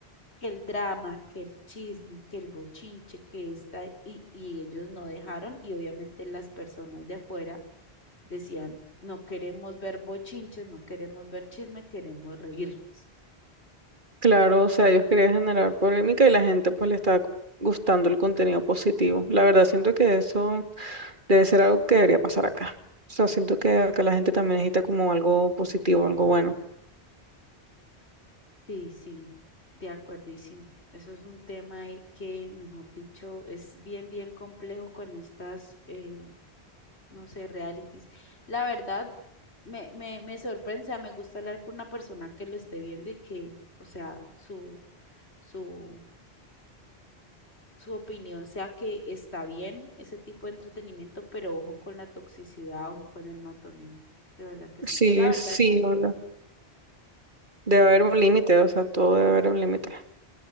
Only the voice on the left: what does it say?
que el drama, que el chisme, que el bochinche, que esta, y, y ellos no dejaron, y obviamente las personas de afuera decían, no queremos ver bochinches, no queremos ver chisme, queremos reírnos.
Sí, sí, de acuerdísimo. Eso es un tema ahí que, mejor dicho, es bien, bien complejo con estas, eh, no sé, realities. La verdad, me, me, me sorprende, o sea, me gusta hablar con una persona que lo esté viendo y que, o sea, su, su su opinión sea que está bien ese tipo de entretenimiento, pero ojo con la toxicidad, ojo con el matoneo. De verdad que sí.
Yo la verdad
no,
sí,